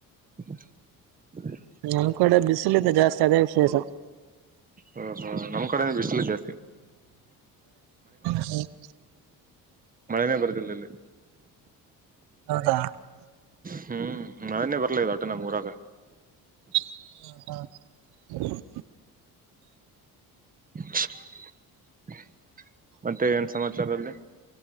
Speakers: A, on the right; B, on the right.
A: ಹ್ಮ <inaudible>
B: ನಮ್ ಕಡೆ ಬಿಸಿಲ್ ಇದೆ ಜಾಸ್ತಿ ಅದೇ ವಿಶೇಷ.
A: ಹ್ಮ್, ನಮ್ಮ್ ಕಡೆನು ಬಿಸಿಲಿದೆ.
B: ಹೌ <inaudible>
A: ಮಳೆನೇ ಬರದಿಲ್ಲ ಇಲ್ಲಿ
B: ಹೌದಾ <unintelligible>
A: ಹ್ಮ್, ಮಳೆನೇ ಬರ್ಲಾಗದ ಒಟ್ಟನಮ್ಮೂರಾಗ.
B: ಹ್ಮ ಹಾ <inaudible>
A: <unintelligible> ಮತ್ತೆ ಏನ್ ಸಮಾಚಾರ ಅಲ್ಲಿ.